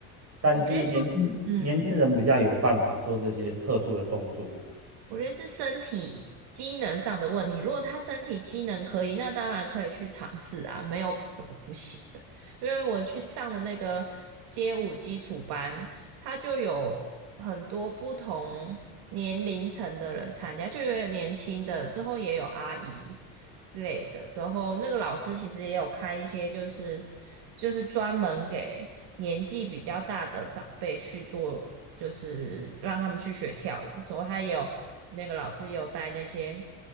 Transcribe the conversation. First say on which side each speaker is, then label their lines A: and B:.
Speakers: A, on the right; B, on the right.
A: 但是年轻年轻人比较有办法做这些特殊的动作，
B: 我觉得这样，嗯。我觉得是身体机能上的问题。如果他身体机能可以，那当然可以去尝试啊，没有什么不行的。因为我去上的那个街舞基础班，他就有很多不同年龄层的人参加，就有年轻的，之后也有阿姨，类的。之后那个老师其实也有开一些，就是就是专门给年纪比较大的长辈去做，就是让他们去学跳舞。之后他也有那个老师也有带那些。